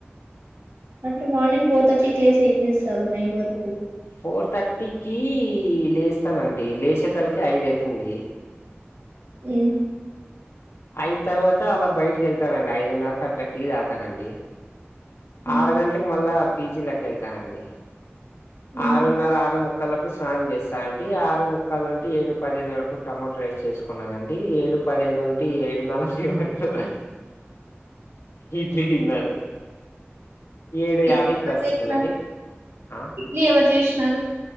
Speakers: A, on the right; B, on the left.
A: అంటే మార్నింగ్ ఫోర్ థర్టీ కీ లేసి ఏం చేస్తారు నైన్ వరకు
B: ఫోర్ థర్టీకి లేస్తానండి లేచే తలకే ఐదు అయితుంది
A: మ్మ్
B: ఐయిదు తర్వాత అలా బయటకి వెళ్తానండి ఐదున్నరకి అట్లా టీ తాగతానండి
A: ఆ
B: ఆరు గంటలకు మళ్ళా పీజి లోకి వెళ్తానండి ఆరున్నర
A: మ్
B: ఆరు ముక్ ముక్కలకు స్నానం చేస్తానండి ఆరు ముక్కాల్ నుంటి ఏడు పదిఅయిదు వరకు టమోటో రైస్ చేసుకున్నానండి అండి ఏడు పద అయిదు నుంటి ఏడు నలభై వరకు ఇడ్లీ తిన్నాను ఏడు యాభైకి
A: ఎన్ని గంటలకు
B: బస్
A: లేచినారు?
B: ఉందండి ఆ
A: ఇడ్లీ ఎవరు చేసినారు